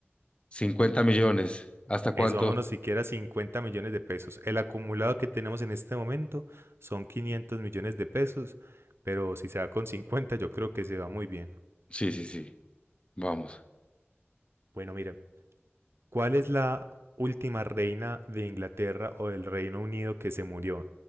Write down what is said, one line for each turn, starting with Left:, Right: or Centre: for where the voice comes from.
Left: 50 millones. ¿Hasta cuánto?
Right: Eso, vámonos siquiera a 50 millones de pesos. El acumulado que tenemos en este momento son 500 millones de pesos, pero si se va con 50 yo creo que se va muy bien.
Left: Sí, sí, sí. Vamos.
Right: Bueno, miren, ¿cuál es la última reina de Inglaterra o del Reino Unido que se murió?